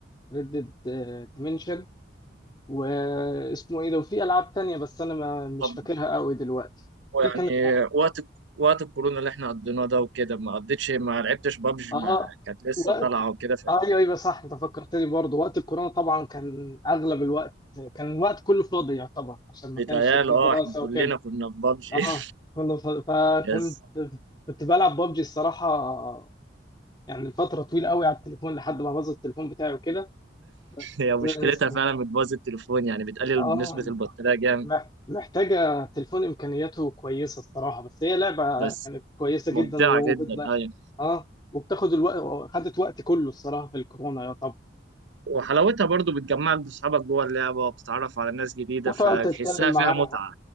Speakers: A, on the left; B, on the right.
A: ريدد ديمنشن واسمه ايه ده وفي العاب تانية بس انا ما مش
B: طب
A: فاكرها قوي دلوقتي في
B: يعني
A: كانت
B: وقت وقت الكورونا اللي إحنا قضيناه ده وكده ما قضيتش ما لعبتش بابجي
A: اه
B: مع كانت لسه
A: وقت
B: طالعة وكده
A: آه، ايوه ايوه صح انت فكرتني برضه وقت الكورونا طبعا كان اغلب الوقت كان الوقت كله فاضي يعتبر عشان ما
B: فبيتهيألي
A: كانش فيه
B: أه
A: دراسه
B: إحنا كلنا
A: وكده
B: كنا في بابجي
A: اه
B: <laughs>
A: كله ف... فكنت
B: يس
A: كنت بلعب ببجي الصراحه يعني فتره طويله قوي على التليفون لحد ما باظ التليفون بتاعي وكده
B: هي مشكلتها
A: بس-
B: فعلا بتبوظ التليفون يعني بتقلل
A: اه
B: نسبة البطارية جامد
A: مح- محتاجه تليفون امكانياته كويسه الصراحه بس هي لعبه
B: بس
A: كانت كويسه
B: ممتعة
A: جدا وبت...
B: جدا أيوة
A: اه وبتاخد الوقت خدت وقت كله الصراحه في الكورونا يعتبر
B: وحلاوتها برضو بتجمعك بأصحابك جوه اللعبة وبتتعرف على ناس جديدة
A: وتقعد
B: فتحسها
A: تتكلم معاهم
B: فيها متعة